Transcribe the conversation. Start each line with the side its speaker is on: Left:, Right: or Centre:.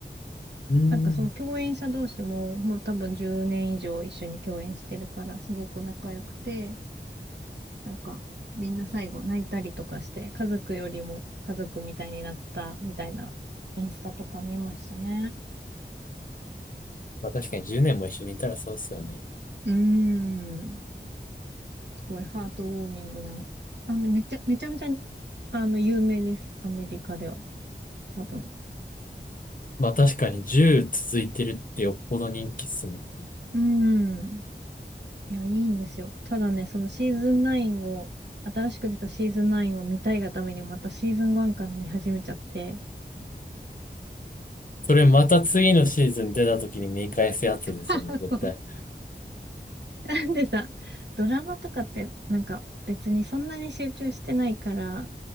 Left: うん。
Right: なんかその共演者同士ももう多分10年以上一緒に共演してるから、すごく仲良くて、なんかみんな最後泣いたりとかして、家族よりも家族みたいになったみたいなインスタとか見ましたね。
Left: まあ確かに10年も一緒にいたらそうっすよね。
Right: うーん。すごいハートウォーミングな、あの、めちゃ、めちゃめちゃ、あの、有名です。アメリカでは。多分。
Left: まあ確かに10続いてるってよっぽど人気っすもんね。
Right: うん。いや、いいんですよ。ただね、そのシーズン9を、新しく出たシーズン9を見たいがためにまたシーズン1から見始めちゃって。
Left: それまた次のシーズン出た時に見返すやつですよね、
Right: <laughs>
Left: 絶対。
Right: そう。なんでさ、ドラマとかってなんか別にそんなに集中してないから、